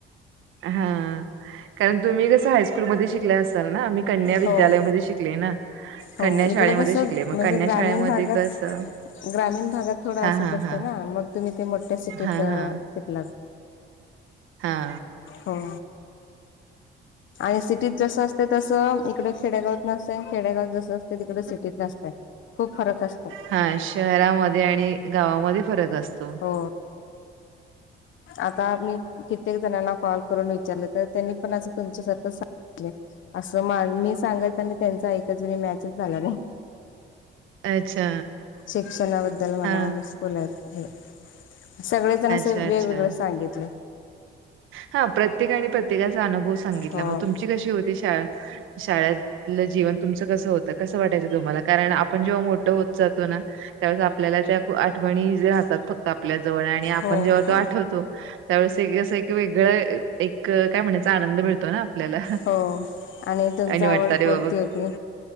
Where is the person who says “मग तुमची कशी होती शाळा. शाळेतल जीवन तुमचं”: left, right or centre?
Right